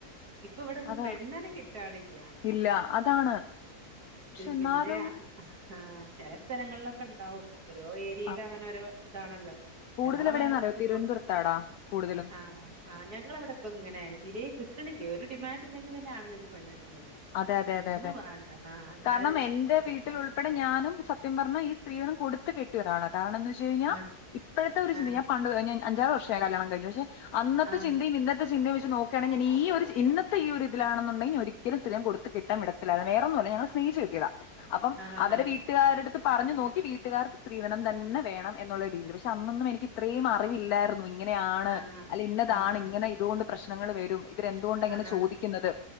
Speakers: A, on the right (about 75°); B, on the left (about 75°).
A: ഇപ്പൊ വെടൊന്നു
B: അതാ
A: പെണ്ണെന്നെ കിട്ടാനി ആണ്ങ്ങക്ക്
B: ഇല്ല
A: <unintelligible>
B: അതാണ്
A: മ്മ്
B: പക്ഷെ എന്നാലും
A: പിന്നെയാ അഹ് ആ ആ ചെല സ്ഥലങ്ങൾലൊക്കെ ണ്ടാവും. ഓരോ ഏര്യേല്
B: ആ
A: അങ്ങനോരോ താണല്ലോ
B: കൂടുതൽ
A: ഞങ്ങള
B: എവിടെന്നറിയോ
A: ഭാഗത്തൊക്കെ
B: തിരുവനന്തപുരത്താടാ
A: പ്പൊ
B: കൂടുതലും
A: ആഹ് ആ ഞങ്ങള വ്ട പ്പൊ ങ്ങനേണ് തീരേ ക് <unintelligible> ഒരു ഡിമാന്റ് ഇല്ലെങ്കിലെ ആണുങ്ങക്കു പെണ്ണ്. കിട്ടണില്ല
B: അതെ അതെ
A: ഒന്നും
B: അതെ
A: വേണ്ട ആഹ് അത്
B: കാരണം,
A: ആ ഒരു
B: എന്റെ വീട്ടിലുൾപ്പെടെ ഞാനും സത്യം പറഞ്ഞാ- ഇ. സ്ത്രീധനം കൊടുത്തു കെട്ടിയൊരാളാണ്. എന്താണു വെച്ചു കഴിഞ്ഞാ,
A: ആഹ്
B: ഇപ്പോഴത്ത ഒരു ചിന്തയും
A: ആഹ്
B: ഞാൻ പണ്ടു മുതൽ ഞാൻ അഞ്ചാറ് വർഷ <unintelligible> കല്യാണം കഴിഞ്ഞ് പക്ഷേ. അന്നത്തെ
A: ആഹ്
B: ചിന്തയും ഇന്നത്തെ ചിന്തയും. നോക്കുകയാണെങ്കിൽ ഈ ഒരു ഇന്നത്തെ ഈ ഒരു ഇതിലാണ്ണുന്നുണ്ടെങ്കിൽ. ഒരി <unintelligible> വേറെയൊന്നും അല്ല ഞങ്ങള് സ്നേഹിച്ചു കെട്ടിയതാ. അപ്പം
A: ആഹ്
B: അവരുടെ
A: ആഹ്
B: വീട്ടുക്കാര്ടെടുത്ത് പറഞ്ഞു നോക്കി. വീട്ടുകാർ സ്ത്രീധനം തന്നെ വേണം എന്നുള്ള രീതിയിൽ അന്നൊന്നും എനിക്ക് ഇത്രയും അറിവില്ലായിരുന്നു. ഇങ്ങനെയാണ്
A: ആഹ് ആഹ്
B: അല്ല ഇന്നതാണ്
A: ആഹ് ആഹ്
B: ഇങ്ങനെ ഇതു കൊണ്ട് പ്രശ്നങ്ങള് വരും. ഇവര് എന്തുകൊണ്ടാ ഇങ്ങനെ
A: ആഹ് ആഹ്
B: ചോദിക്കുന്നത്.